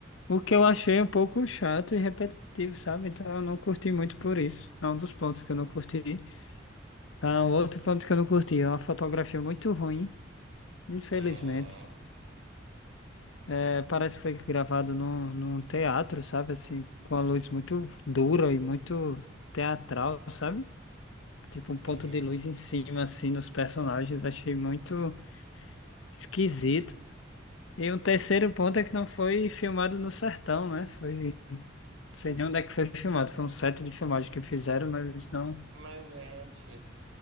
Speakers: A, on the left (about 80°); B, on the right (about 75°).
A: O que eu achei um pouco chato e repetitivo, sabe? Então eu não curti muito por isso. É um dos pontos que eu não curti. Ah, um outro ponto que eu não curti é uma fotografia muito ruim, infelizmente.
B: Hum,
A: É, parece que foi gravado num, num teatro, sabe? Assim, com a luz muito dura e muito teatral, sabe? Tipo um ponto
B: sim.
A: de luz em cima, assim, nos personagens. Achei muito esquisito. E um terceiro ponto é que não foi filmado no sertão, né? Foi, não sei nem onde é que foi filmado. Foi um set de filmagem que fizeram, mas não.
B: Mas, gente.